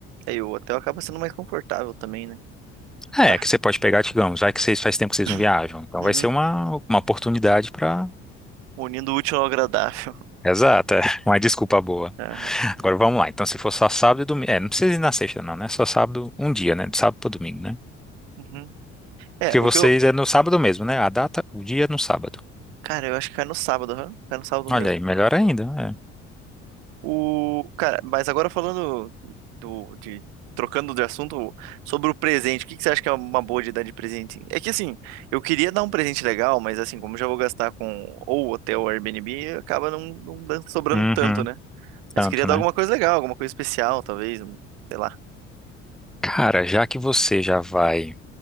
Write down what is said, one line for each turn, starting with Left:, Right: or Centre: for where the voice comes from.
Right: E aí o hotel acaba sendo mais confortável também, né?
Centre: É,
Right: Tá.
Centre: que você pode pegar, digamos, já que vocês faz tempo que vocês
Right: <clears throat>
Centre: não viajam. Então
Right: Uhum.
Centre: vai ser uma, uma oportunidade para.
Right: Unindo o útil ao agradável.
Centre: Exato, é <laughs> uma desculpa boa.
Right: <laughs> Aham.
Centre: Agora vamos lá. Então, se for só sábado e domingo. É, não precisa ir na sexta, não, né? Só sábado, um dia, né? De sábado para domingo, né?
Right: Uhum. É,
Centre: Porque vocês
Right: o que eu.
Centre: é no sábado mesmo, né? A data, o dia é no sábado.
Right: Cara, eu acho que cai no sábado, aham. Cai no sábado
Centre: Olha
Right: mesmo.
Centre: aí, melhor ainda.
Right: O. Cara, mas agora falando do. De... Trocando de assunto sobre o presente, o que que você acha que é uma boa de dar de presente? É que assim, eu queria dar um presente legal, mas assim, como eu já vou gastar com ou hotel ou Airbnb, acaba não, não dan- sobrando
Centre: É. Uhum,
Right: tanto, né? Mas
Centre: tanto,
Right: queria dar
Centre: né?
Right: alguma coisa legal, alguma coisa especial, talvez, um, sei lá.
Centre: Cara, já que você já vai.